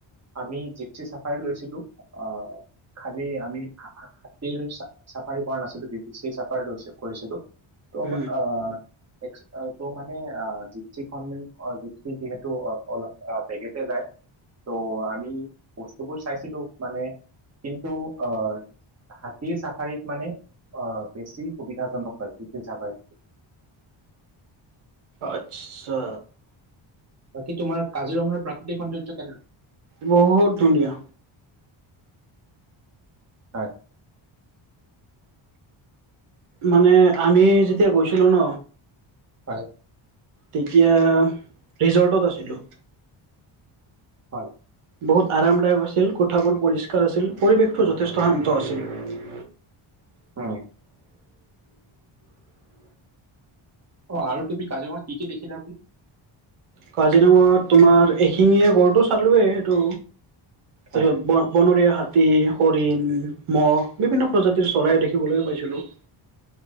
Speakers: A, on the right; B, on the right.
A: আমি জিপচী চাফাৰী লৈছিলোঁ, অ'। খালি আমি হাতীৰ চা-চাফাৰী কৰা নাছিলোঁ, জিপছি চাফাৰীটো কৰিছিলোঁ। তোমাৰ
B: উম
A: মানে আ, এক্স-তোমাৰ মানে জিপচি খন মানে অ' জিপচি যিহেতু অ'-অলপ অ' বেগেতে যায় ত' আমি বস্তুবোৰ চাইছিলোঁ, মানে, কিন্তু আ হাতীৰ চাফাৰীত মানে অ' বেছি সুবিধাজনক হয় জিপচি চাফাৰীতকৈ।
B: আচ্ছা।
A: বাকী তোমাৰ কাজিৰঙাৰ প্ৰাকৃতিক সৌন্দৰ্য কেনে লাগিল?
B: বহুত ধুনীয়া।
A: হয়
B: মানে আমি যেতিয়া গৈছিলো ন
A: হয়।
B: তেতিয়া ৰিজৰ্টত আছিলোঁ।
A: হয়।
B: বহুত আৰামদায়ক আছিল, কোঠাবোৰ পৰিষ্কাৰ আছিল, পৰিৱেশটো যথেষ্ট শান্ত আছিল।
A: হয়। অ' আৰু তুমি কাজিৰঙাত কি কি দেখিলা আজি?
B: কাজিৰঙাত তোমাৰ এশিঙীয়া গড়টো চালোৱেই, সেইটো।
A: হয়।
B: তাৰপিছত ব ব বনৰীয়া হাত হাতী, হৰিণ, মহ বিভিন্ন প্ৰজাতিৰ চৰাই দেখিবলৈ পাইছিলো।